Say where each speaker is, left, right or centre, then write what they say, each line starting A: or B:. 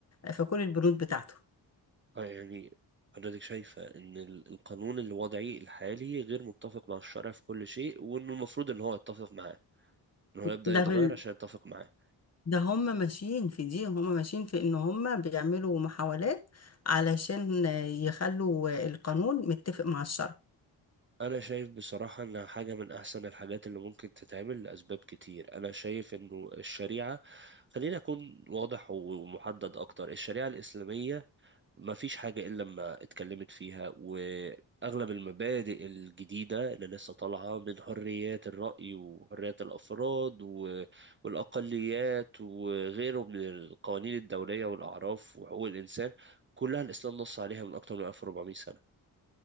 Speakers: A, on the left; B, on the right.
A: في كل البنود بتاعته
B: آه يعني حضرتك شايفة إن ال- القانون الوضعي الحالي غير متفق مع الشرع في كل شيء وإنه المفروض إن هو يتفق معاه إن هو يبدأ
A: ده
B: يتغير
A: في ال-
B: عشان يتفق معاه
A: ده هم ماشيين في دي هم ماشيين في ان هم بيعملوا محاولات علشان آه، يخلوا آه، القانون متفق مع الشرع
B: انا شايف بصراحة انها حاجة من احسن الحاجات اللي ممكن تتعمل لاسباب كتير انا شايف انه الشريعة خليني اكون واضح ومحدد اكتر الشريعة الاسلامية ما فيش حاجة الا لما اتكلمت فيها واغلب المبادئ الجديدة اللي لسه طالعة من حريات الرأي وحريات الافراد و- والاقليات وغيره من القوانين الدولية والاعراف وحقوق الانسان كلها الاسلام نص عليها من اكتر من 1400 سنة